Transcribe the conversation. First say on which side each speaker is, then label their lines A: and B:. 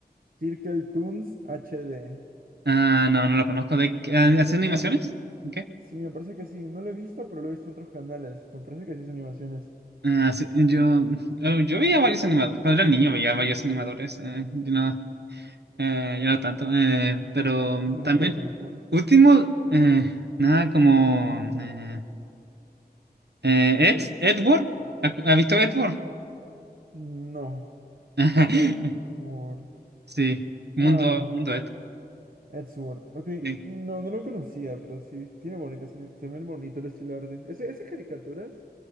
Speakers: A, on the right; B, on the right.
A: Circletoons HD.
B: Ah, no, no lo conozco, ¿de qué- ah, hacer
A: Y otro,
B: animaciones? Ok.
A: sí, me parece que sí, no lo he visto, pero lo he visto en otros canales. Me parece que sí es animaciones.
B: Ah, sí, yo, eh, yo veía varios animadores, cuando era niño veía varios animadores, eh, yo no, eh, yo no tanto, eh, pero
A: ¿Como
B: también,
A: cuál? ¿Como cuál?
B: último, eh, nada como... eh, Eh, Ed, Edward, ¿ha ha visto Edward?
A: No.
B: <laughs>
A: Edward.
B: Sí, mundo,
A: Ah,
B: mundo Ed.
A: Edward. Sword. Ok,
B: Sí.
A: no, no lo conocía, pero sí, tiene bonitas, se ven bonito el estilo de arte. Ese- esas caricaturas,